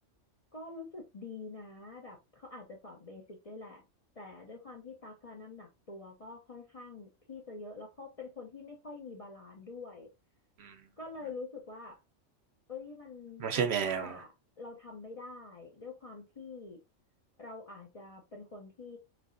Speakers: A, on the left; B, on the right.
A: ก็รู้สึกดีนะแบบเขาอาจจะสอนเบสิกด้วยแหละแต่ด้วยความที่ตักอะน้ำหนักตัวก็ค่อนข้างที่จะเยอะแล้วเขาเป็นคนที่ไม่ค่อยมีบาลานซ์ด้วย
B: อืม
A: ก็เลยรู้สึกว่าเอ้ยมันบางท่า
B: ไม่ใช่แนว
A: เราทำไม่ได้ด้วยความที่เราอาจจะเป็นคนที่